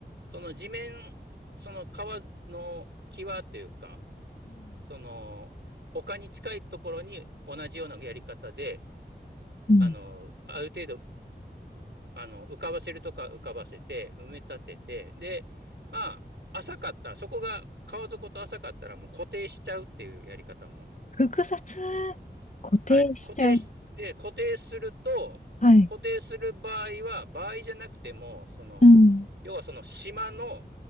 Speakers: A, on the right; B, on the left.
A: その地面、その川の際というか、その、丘に近いところに同じようなやり方で、
B: うん。
A: あの、ある程度、あの、浮かばせるとか浮かばせて、埋め立てて、で、まあ、浅かった、そこが川底と浅かったらもう固定しちゃうっていうやり方も
B: 複雑、固定しちゃう。
A: はい。固定し、で、固定すると、
B: はい。
A: 固定する場合は、場合じゃなくても、その、
B: うん、
A: 要はその島の、